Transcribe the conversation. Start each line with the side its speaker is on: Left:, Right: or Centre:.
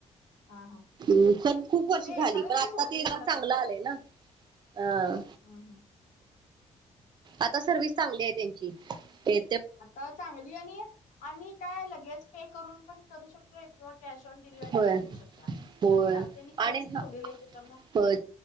Left: हा हा
Right: हम्, पण खूप वर्ष
Left: नाही
Right: झाली,
Left: एखाद्या
Right: पण
Left: वेळेस
Right: आता
Left: होतय
Right: ते
Left: सोडा
Right: चांगलं
Left: तसं.
Right: आलंय ना. हा.
Left: हम्म हम्म.
Right: आता सर्विस चांगली आहे त्यांची, ते
Left: आता चांगली आणि, आणि काय लगेच पे करून पण करू शकते किंवा कॅश ऑन डिलिव्ही
Right: होय
Left: पण होऊ शकते.
Right: होय
Left: अच्छा त्यांनी चॉईस
Right: आणि
Left: ठेवलेलं
Right: ह
Left: त्याच्यामुळ,
Right: होय